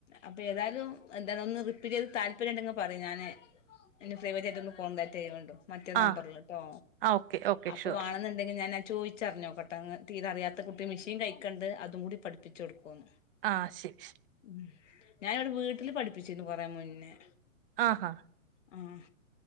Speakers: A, on the left (about 60°); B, on the right (about 40°).
A: അപ്പൊ ഏതായാലും എന്താ ഒന്ന് റിപ്പീറ്റ് ചെയ്ത് താല്പര്യം ഉണ്ടെങ്കിൽ പറി ഞാന്. ഇ ഫ്രവറ്റാആട്ട് ഒന്ന് കോണ്ടടാക്ട് ചെയ്യണ്ടു മറ്റേ നമ്പർൽട്ടോ
B: ആഹ് ആ ഓക്കെ ഓക്കെ
A: അപ്പൊ
B: ഷുവർ
A: വണന്ന് അത് കഴിഞ്ഞ് ഞാൻ ചോയ്ച്ചറഞോക്കട്ടെ ഒന് തീരെ ആര്യത കുട്ടി മിഷീൻ കയ്കെണ്ട് അതും കൂടി പട്പ്പിച്ച് കൊന്ന്
B: ആഹ് ശെരി.
A: ഉം ഞാനിവിടെ വീട്ടില് പഠിപ്പിച്ചിരുന്നു കൊറെ മുന്നേ.
B: ആഹാ.
A: ആഹ്